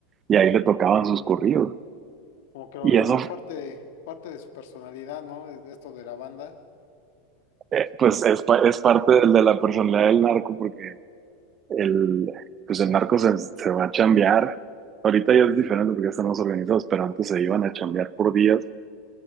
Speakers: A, on the right; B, on the left.
A: y ahí le tocaban sus corridos.
B: como que lo
A: Y
B: agarraron
A: eso,
B: parte, parte de su personalidad, ¿no? Es- Esto de la banda.
A: Eh, pues es, pa- es parte del- de la personalidad del narco porque el, pues el narco se, se va a chambear. Ahorita ya es diferente porque ya están más organizados, pero antes se iban a chambear por días